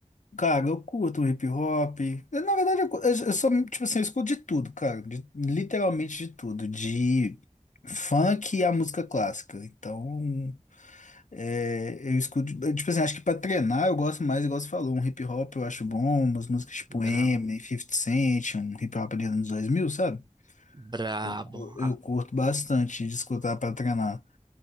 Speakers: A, on the left (about 80°); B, on the right (about 35°).
A: Cara, eu curto um hip hop. Eu, na verdade, eu, cu- eu, eu sou, tipo assim, eu escuto de tudo, cara. de- literalmente de tudo. De funk a música clássica. Então. É, eu escuto, eu, tipo assim, acho que pra treinar eu gosto mais, igual você falou, um hip hop eu acho bom, umas músicas tipo
B: bravo
A: Eminem, 50 Cent, um hip hop ali nos anos 2000, sabe?
B: Brabo.
A: Eu, cu- eu
B: Ah,
A: curto bastante de escutar pra treinar.